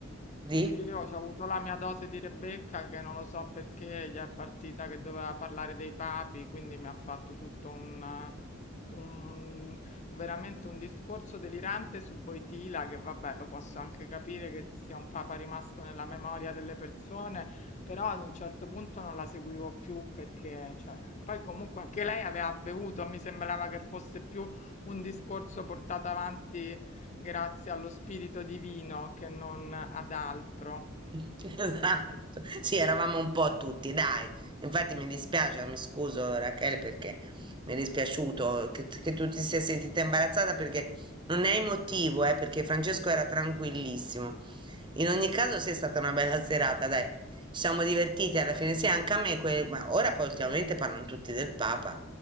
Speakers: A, on the right (about 25°); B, on the left (about 35°).
A: Di?
B: io ho avuto la mia dose di Rebecca che non lo so perché gli è partita che doveva parlare dei papi, quindi mi ha fatto tutto un, un- veramente un discorso delirante su Voitila, che vabbè, lo posso anche capire che sia un papa rimasto nella memoria delle persone, però ad un certo punto non la seguivo più perché cioè, poi comunque anche lei aveva bevuto, mi sembrava che fosse più un discorso portato avanti Grazie allo spirito divino che non ad altro.
A: <laughs> Esatto, sì, eravamo un po' tutti, dai. Infatti mi dispiace, mi scuso Rachele perché mi è dispiaciuto che, che tu ti sia sentita imbarazzata perché non ne hai motivo, eh, perché Francesco era tranquillissimo. In ogni caso, sì, è stata una bella serata, dai. Ci siamo divertiti alla fine, sì, anche a me, que- ma ora poi ultimamente parlano tutti del Papa.